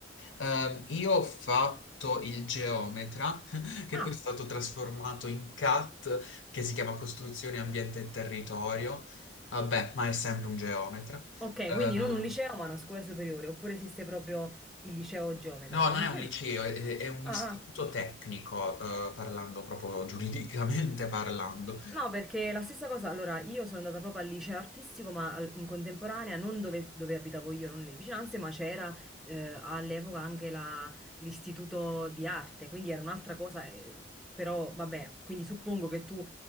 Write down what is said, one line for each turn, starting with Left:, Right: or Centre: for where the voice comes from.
Left: Ehm, io ho fatto il geometra, <laughs> che
Centre: Ah,
Left: poi è stato trasformato in CAT, che si chiama Costruzione, Ambiente e Territorio. Vabbè, ma è sempre un geometra.
Centre: ok,
Left: Ehm,
Centre: quindi non un liceo, ma una scuola superiore, oppure esiste proprio il liceo geometra,
Left: no,
Centre: non
Left: non è
Centre: credo.
Left: un liceo, è, è un
Centre: Ah,
Left: istituto
Centre: ah.
Left: tecnico, eh, parlando proprio giuridicamente <laughs> parlando.
Centre: No, perché la stessa cosa, allora io sono andata proprio al liceo artistico, ma al- in contemporanea, non dove, dove abitavo io, non le vicinanze, ma c'era eh, all'epoca anche la- l'istituto di arte, quindi era un'altra cosa, eh, però vabbè, quindi suppongo che tu